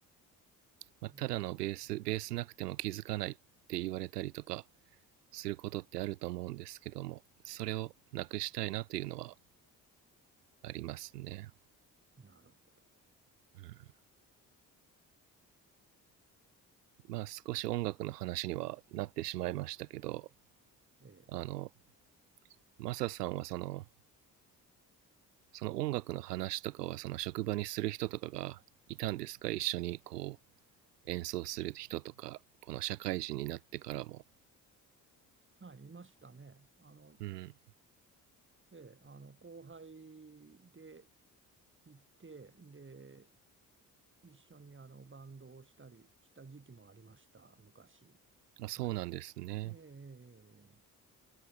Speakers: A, on the right; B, on the right.
A: まあ、
B: え
A: ただのベースベースなくても気づかないって言われたりとかすることってあると思うんですけどもそれをなくしたいなというのはありますね、
B: なるほど。
A: うん、まあ少し音楽の話にはなってしまいましたけど
B: ええ。
A: あのマサさんはそのその音楽の話とかはその職場にする人とかがいたんですか一緒にこ演奏する人とかこの社会人になってからも、
B: はい、いましたね。あの、
A: うん、
B: ええ、あの後輩でいて、で、一緒にあのバンドをしたりした時期もありました、昔。
A: あそうなんですね
B: はい。ええ、